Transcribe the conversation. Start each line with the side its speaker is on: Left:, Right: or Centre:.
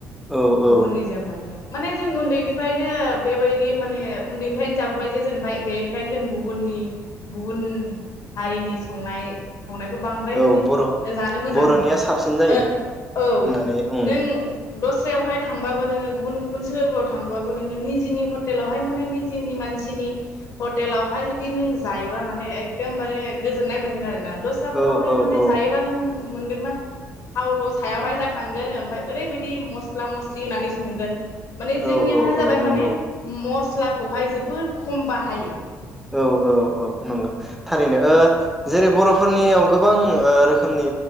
Centre: औ
Left: गुबुननिजों
Centre: औ
Left: माने माने जों उन्दैनिफ्रायनो बेबायदि माने उन्दैनिफ्रायनो जाबोबाय जे जों बेनिखायनो जों गुबुननि गुबुन हारिनि संनाय संनायखौ बांद्राय
Centre: औ
Left: माने
Centre: बर'
Left: जानो मोजां
Centre: बर'निया
Left: मोना
Centre: साबसिन जायो
Left: ओ औ
Centre: होननानै उम
Left: नों दस्रायावहाय थांबाबो नोङो गुबुन गुबुन सोहोरफोराव थांबाबो नोङो निजिनि हटेलावहाय माने निजिनि मानसिनि हटेलावहाय जुदि नों जायोबा माने एकदमबारे गोजोननाय मोनगोन आरोना दस्राफोरावहाय
Centre: औ औ
Left: माने
Centre: औ
Left: जायोबा नों मोनगोन मा थावल' सायावहाय जाखांगोन ओमफाय ओरैबायदि बिदि मस्ला मस्लि होनानै संगोन माने
Centre: औ
Left: जोंनिया
Centre: औ
Left: जाबाय
Centre: औ नंगौ
Left: माने मस्ट मस्लाखौहाय जोबोर खम बाहायो
Centre: औ औ औ नंगौ थारैनो ओ जेरै बर'फोरनियाव गोबां ओ रोखोमनि